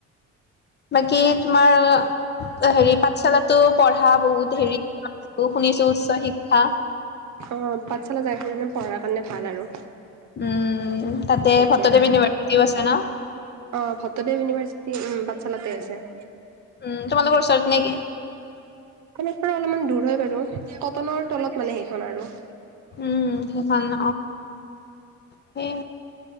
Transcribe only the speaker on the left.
বাকী তোমাৰ হেৰি পাঠশালা তো পঢ়া বহুত হেৰি শুনিছো উচ্চ শিক্ষা-
উম তাতে
ভট্টদেৱ ইউনিভাৰ্চিটিও আছে ন।
উম তোমালোকৰ ওচৰতৰত নেকি?
উম সেই ন সেই